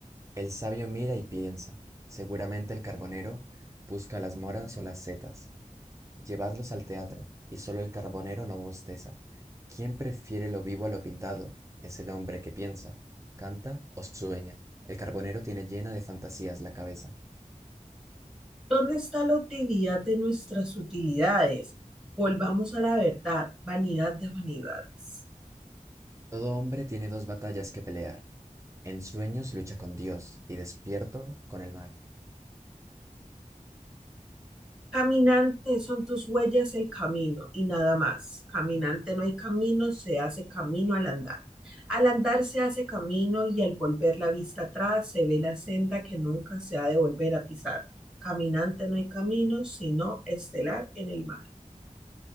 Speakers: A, on the right; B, in the centre.
A: El sabio mira y piensa. Seguramente el carbonero busca las moras o las setas. Llevadlos al teatro, y solo el carbonero no bosteza. ¿Quién prefiere lo vivo a lo pintado? Es el hombre que piensa, canta o sueña. El carbonero tiene llena de fantasías la cabeza.
B: ¿Dónde está la utilidad de nuestras utilidades? Volvamos a la verdad, vanidad de vanidades.
A: Todo hombre tiene dos batallas que pelear. En sueños lucha con Dios y despierto con el mar.
B: Caminante son tus huellas el camino y nada más. Caminante no hay camino, se hace camino al andar. Al andar se hace camino y al volver la vista atrás se ve la senda que nunca se ha de volver a pisar. Caminante no hay camino, sino estelar en el mar.